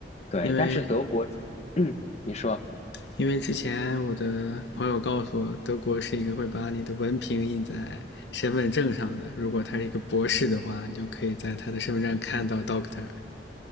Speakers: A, on the left (about 40°); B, on the left (about 80°).
A: 对，
B: 因为
A: 但是德国，嗯，你说，
B: 因为之前我的朋友告诉我，德国是一个会把你的文凭印在身份证上的。如果他是一个博士的话，你就可以在他的身份证看到 Doctor。